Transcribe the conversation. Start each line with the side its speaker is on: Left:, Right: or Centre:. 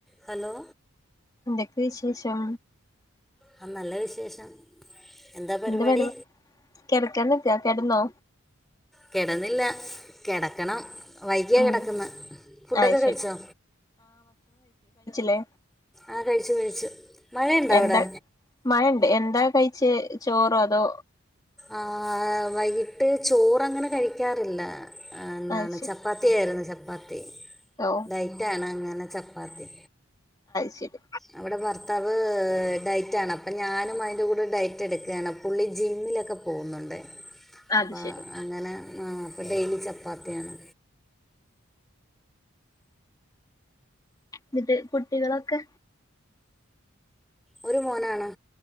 Centre: Hello.
Left: എന്തൊക്ക് വിശേഷം.
Centre: ആ നല്ല വിശേഷം...... എന്താ പരിപാടി
Left: എന്ത് <unintelligible> കിടക്കന്നിക്കാ, കിടന്നോ
Centre: കിടന്നില്ല കിടക്കണം. വൈകിയാ
Left: ഉം
Centre: കിടക്കുന്ന ഫുഡൊക്കെ
Left: ആഹ്
Centre: കയിച്ചോ.
Left: ലെ.
Centre: ആ കഴിച്ചു കഴിച്ചു മഴണ്ടോ അവിടെ....
Left: എന്താ മഴണ്ട് എന്താ കഴിച്ച ചോറോ അതോ.
Centre: ആ വൈകിട്ട് ചോറങ്ങനെ കഴിക്കാറില്ല എന്താണ്
Left: അത് ശരി
Centre: ചപ്പാത്തിയായിരുന്നു ചപ്പാത്തി
Left: ഓ
Centre: ഡൈറ്റാണ് അങ്ങനെ ചപ്പാത്തി......
Left: ശെരി
Centre: അവടെ ഭർത്താവ് ഡയറ്റ് ആണ് അപ്പ ഞാനും അതിൻ്റെ കൂടെ ഡയറ്റ് ഇടക്കാണ് പുള്ളി ജിമ്മിലൊക്കെ പോകുന്നുണ്ട്
Left: അത്
Centre: അപ്പ
Left: ശരി
Centre: അങ്ങനെ ആ അപ്പ ഡെയ്‌ലി ചപ്പാത്തിയാണ്
Left: എന്നിട്ട് കുട്ടികളൊക്കെ
Centre: ഒരു മോനാണ്